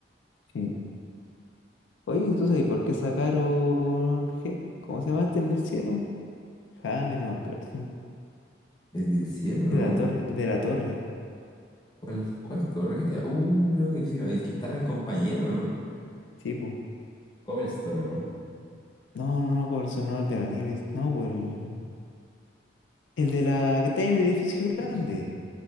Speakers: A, on the left; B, on the left.
A: Mm. Oye, ¿tú sabes por qué sacaron G? ¿Cómo se llama este, el del cielo? Jaime, no me acuerdo.
B: Desde el cielo, ¿no?
A: De la torre, de la torre.
B: ¿Cuál, cuál torre que te... Uh, creo que sí, el que estaba el compañero, ¿no?
A: Sí, pues.
B: Cobblestone, ¿o no?
A: No, no, no, Corazón, no, el de la nieve. No, pues el, el de la que está en el edificio grande.
B: Ya,